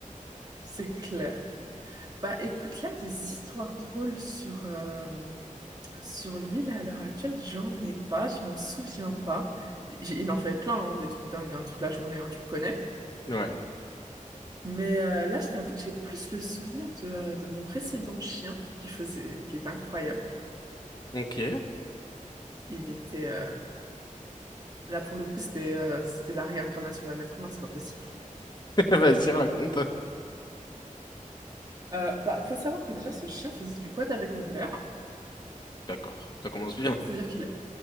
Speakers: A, on the right (about 30°); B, on the left (about 30°).
A: c'est clair. Bah, écoute, là, des histoires drôles sur, euh, sur lui, là, à l'heure actuelle, j'en ai pas. Je m'en souviens pas. J- Il en fait plein, hein, des trucs dingues, hein, toute la journée, hein, tu le connais.
B: Ouais,
A: Mais euh, là, je t'avoue que j'ai plus le souvenir de, euh, de mon précédent chien qui faisait, qui est incroyable.
B: ok.
A: Il était euh, là pour le coup, c'était euh, c'était la réincarnation d'un être humain, c'est pas possible.
B: <laughs> Vas-y, raconte.
A: Euh, bah, faut savoir que déjà, ce chien faisait du quad avec mon père.
B: D'accord, ça commence bien.
A: C'est-à-dire qu'il,